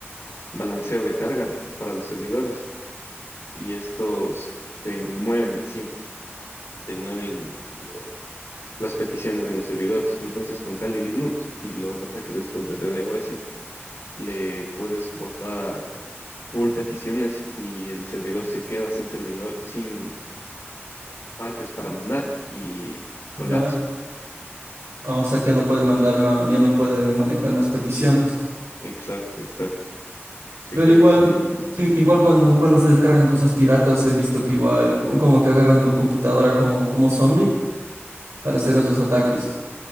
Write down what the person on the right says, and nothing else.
Ya, o sea que ya no puede mandar más, ya no puede manejar más peticiones.
Pero
igual,
sí,
igual cuando, cuando se descargan cosas piratas, he visto que igual, co- como que agarran tu computadora como, como zombie para hacer esos ataques.